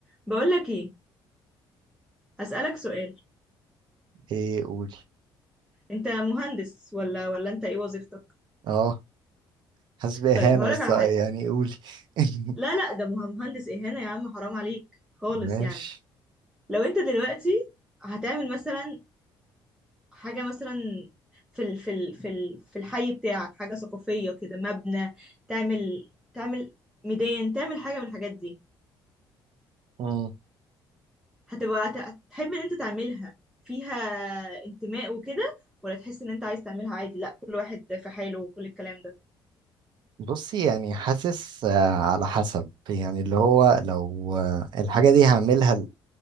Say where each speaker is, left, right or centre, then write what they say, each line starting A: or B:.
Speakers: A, in the centre; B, on the right (about 60°).
A: بقولك ايه هسألك سؤال
B: ايه قولي
A: انت مهندس ولا ولا انت ايه وظيفتك
B: اه حاسس بإهانة
A: طيب هقولك
B: بس
A: على
B: آه،
A: حاجة
B: يعني قولي <laughs>
A: لا لا ده مه- مهندس اهانة يا عم حرام عليك خالص
B: ماشي
A: يعني لو انت دلوقتي هتعمل مثلا حاجة مثلا في ال في ال في ال في الحي بتاعك حاجة ثقافية كده مبنى تعمل تعمل ميدان تعمل حاجة من الحاجات دي
B: مم.
A: هتبقى هت- هتحب ان انت تعملها فيها انتماء وكده ولا تحس ان انت عايز تعملها عادي لا كل واحد في حاله وكل الكلام ده
B: بصي يعني حاسس آه، على حسب يعني اللي هو لو آه، الحاجة دي هعملها ل-